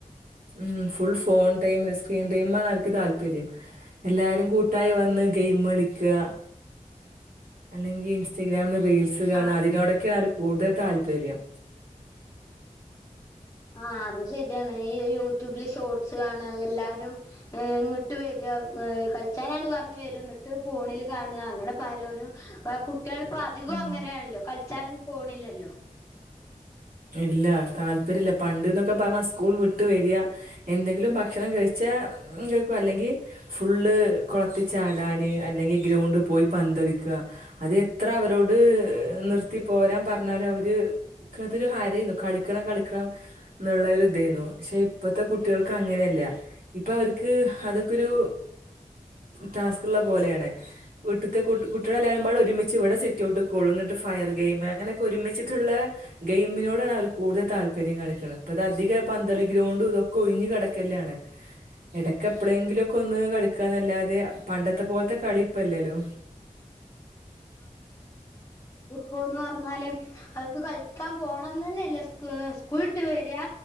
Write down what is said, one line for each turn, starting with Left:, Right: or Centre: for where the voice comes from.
Right: ഉം ഫുൾ ഫോൺ ടൈമില് സ്ക്രീൻ ടൈം ആണ് അവർക്ക് താല്പര്യം എല്ലാരും കൂട്ടായി വന്ന് ഗെയിമ്മ് കളിക്കാ അല്ലെങ്കി ഇൻസ്റ്റാഗ്രാമി റീൽസ് കാണാ
Left: ആ
Right: അതിനോടൊക്കെയാണ് അവർക്ക് കൂടുതൽ താല്പര്യം.
Left: ആഹ് അത് ശരിയാണ് ഈ യൂട്യൂബില് ഷോർട്സ് കാണാ എല്ലാരും. ഏഹ് ഇങ്ങട്ട് വരാ ഏഹ് കൾ ച്ചാനാണെന്ന് പറഞ്ഞു വരും എന്നട്ട് ഫോണില് കാണാ അങ്ങനെ പലോരും ഏഹ് കുട്ട്യാള് ഇപ്പൊ അധികോം അങ്ങനേണെല്ലോ
Right: ഉം
Left: കളിച്ചാനൊന്നും പോണില്ലല്ലോ.
Right: ഇല്ല താല്പര്യില്ല പണ്ട്ന്നൊക്കെ പറഞ്ഞ സ്കൂള് വിട്ട് വരിയാ എന്തെങ്കിലും ഭക്ഷണം കഴിച്ചാ കേൾക്കും അല്ലെങ്കിൽ ഫുള്ള് കൊളത്തിച്ചാടാന് ന് അല്ലെങ്കി ഗ്രൗണ്ടിൽ പോയി പന്തളിക്ക അത് എത്ര അവരോട് നിർത്തിപ്പോരാൻ പറ ഞ്ഞാലും അവര് നത്തൊരു ഹരേനു കളിക്കണം കളിക്കണം ഇന്നുള്ളൊരുതേനു പക്ഷേ ഇപ്പത്തെ കുട്ട്യേൾക്ക് അങ്ങനെല്ല. ഇപ്പൊ അവർക്ക് അതൊക്കൊരു ടാസ്ക്കിള്ള പോലെയാണ് വീട്ടിത്തെ കുട്ട് കുട്ടികളെല്ലാരുംബാടെ ഒരുമിച്ച് ഇവിടെ സിറ്റൗട്ടിൽ കൂടും ന്നിട്ട് ഫയർ ഗേയിമ് അങ്ങനെക്കെ ഒരുമിച്ചിട്ടുള്ള ഗെയ്മിനോടാണ് അവര് കൂടുതൽ താൽ പര്യം കാണിക്കണ്. ഇപ്പതധികം പന്തളി ഗ്രൗണ്ടും ഇതൊക്കെ ഒഴിഞ്ഞു കെടക്കല്ലേണ്. ഇടക്കെ എപ്പളെങ്കിലോക്കൊന്ന് കളിക്കാന്നല്ലാതെ പണ്ടത്തെ പോലെത്തെ കളി ഇപ്പല്ലെലോ.
Left: പോകുന്നപറഞ്ഞാൽ അവർക്ക് കളിക്കാൻ പോണന്നന്നെല്ലേ സ്‌കൂ സ്കുൾവിട്ട് വരാ